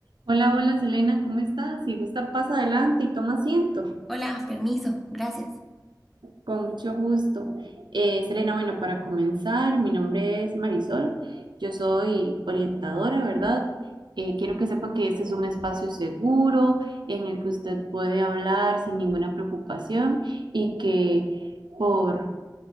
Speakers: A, on the right; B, in the centre.
A: Hola, hola Selena, ¿cómo estás? Si gusta, pasa adelante y toma asiento.
B: Hola, permiso, gracias.
A: Con mucho gusto. Eh, Selena, bueno, para comenzar, mi nombre es Marisol, yo soy orientadora, ¿verdad? Eh, quiero que sepa que este es un espacio seguro en el que usted puede hablar sin ninguna preocupación y que por